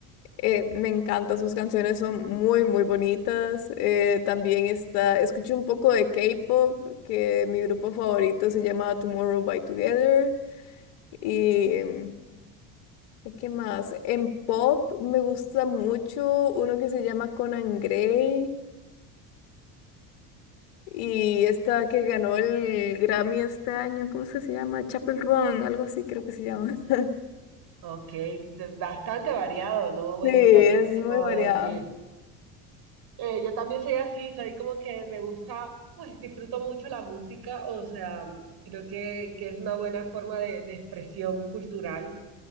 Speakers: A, on the left (about 70°); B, on the right (about 55°).
A: eh, me encantan sus canciones, son muy, muy bonitas. Eh, también está, escuché un poco de K-pop, que mi grupo favorito se llama Tomorrow by Together. Y, em, ¿qué más? En pop me gusta mucho uno que se llama Conan Gray y esta que ganó el Grammy este año, ¿cómo es que se llama? Chapel Run, algo así creo que se
B: Mm,
A: llama. <laughs>
B: Ok, de- bastante variado, ¿no? Bueno,
A: Sí, es
B: mira, yo qué te
A: muy
B: puedo
A: variado.
B: decir. Eh, yo también soy así, soy como que me gusta, pues disfruto mucho la música, o sea, creo que, que es una buena forma de, de expresión cultural.